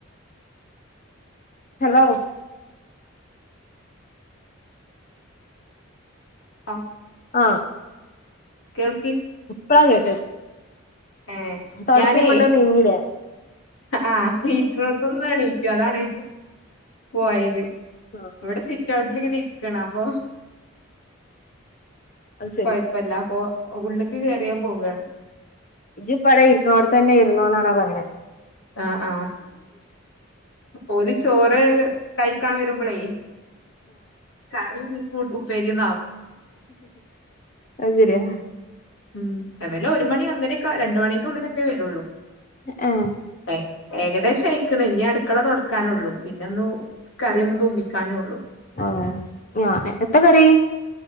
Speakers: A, on the left (about 40°); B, on the left (about 70°).
A: Hello.
B: ആ
A: ആ
B: കേൾ
A: ഇപ്പളാ കേട്ടത്
B: ഏഹ്
A: തൊടപ്പം
B: ഞാനേ
A: കൊണ്ടു നീങ്ങിലേ?
B: ആഹ് ഇരിക്ക്ണോടത്തിന്ന് എണീക്കും അതാണ്. പോയത്
A: ആ
B: ഇവിടെ സിറ്റ് ഔട്ടിൽ ഇങ്ങനെ ഇരിക്കണ അപ്പൊ
A: അത് ശരി
B: കൊയപ്പല്ല പ്പൊ ഉള്ള്ക്ക് കയറിയാ പോവാണ്.
A: ഇജിപ്പട ഇരിക്ണോട്ട് തന്നെ ഇരുന്നോ ന്നാണാ പറയണത്.
B: ആ ആ ഓല് ചോറ് കഴിക്കാൻ വരുമ്പളേ കറിം കു ഉപ്പേരിയൊ
A: അ ത് സെരിയാ.
B: ഉം ഉം അതെല്ലാം ഒരു മണി ഒന്നരേക്കെ രണ്ട് മണി ന്റെ ഉള്ളിലൊക്കെ വരുള്ളൂ.
A: ആ
B: <unintelligible> ഏകദേശയിക്ക്ണ്ണ ഇനി അടുക്കള തുടക്കാനുള്ളു പിന്നെ ഒന്ന് കറിയൊന്ന് തൂമിക്കാനൊള്ളു.
A: ആ ഞാന് എത്തകറി?